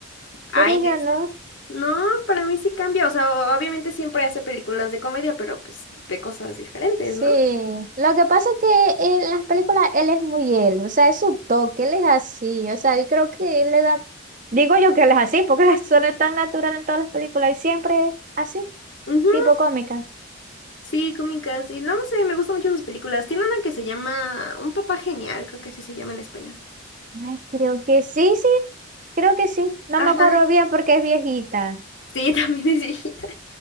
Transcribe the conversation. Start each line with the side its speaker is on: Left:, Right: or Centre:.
Left: Ay,
Right: Pero
Left: no
Right: yo
Left: es.
Right: no.
Left: No, para mí sí cambia. O sea, obviamente siempre hace películas de comedia, pero pues de cosas diferentes,
Right: Sí,
Left: ¿no?
Right: lo que pasa es que en las películas él es muy él, o sea, es su toque, él es así, o sea, yo creo que él le da, digo yo que él es así, porque <laughs> la suena tan natural en todas las películas y siempre es así,
Left: Ujú.
Right: tipo cómicas.
Left: Sí, cómicas. Y no sé, me gustan mucho sus películas. Tiene una que se llama Un papá genial, creo que así se llama en español.
Right: Ay, creo que sí, sí, creo que sí, no
Left: Ajá,
Right: me acuerdo bien porque es viejita.
Left: sí, <laughs> también es viejita.